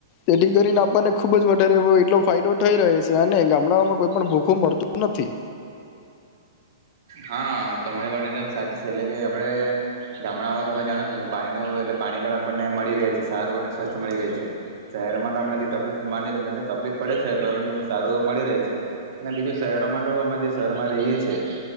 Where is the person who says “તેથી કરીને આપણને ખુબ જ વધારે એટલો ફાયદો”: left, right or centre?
Left